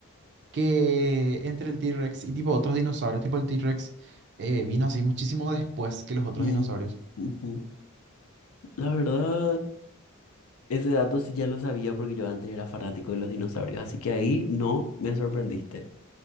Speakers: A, on the right; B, on the left.
A: que entre el T-Rex y tipo otros dinosaurios, tipo el T-Rex eh, vino así muchísimo después que los otros
B: y-
A: dinosaurios.
B: ujú. La verdad, ese dato sí ya lo sabía porque yo antes era fanático de los dinosaurios, así que ahí no me sorprendiste.